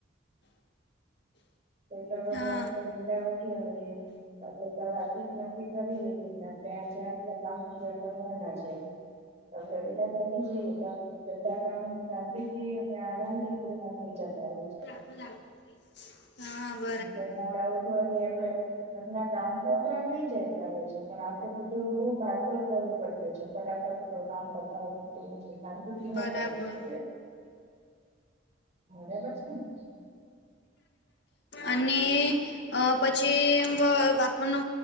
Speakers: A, on the right (about 35°); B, on the left (about 60°).
A: તો સવારે
B: હા.
A: આપડે <unintelligible> હોઈએ આપડે સવારથી જ થી નકકી કરી લઈએ કે આપણે આજે આટલા કામ પૂરા કરવાના છે તો આપડે વેલા જાગી જઈએ <unintelligible> કામ શાંતિ થી અને આરામથી હેરાન થઇ જતા હોય છે.
B: <unintelligible> હા <unintelligible>
A: <unintelligible> મોડા ઉઠવાથી આપડે ઘર ના કામ તો આપડા થઈ જતા હોય છે પણ આપડે બધું બહુ ભાગદોડ કરવી પડે છે ફટાફટ પ્રોગામ બતાવું પડતું હોઈ છે. કામ <unintelligible> ના
B: બરાબર.
A: કરી શકી એ બરાબર છે ને
B: અને અ પછી એમ આપણુ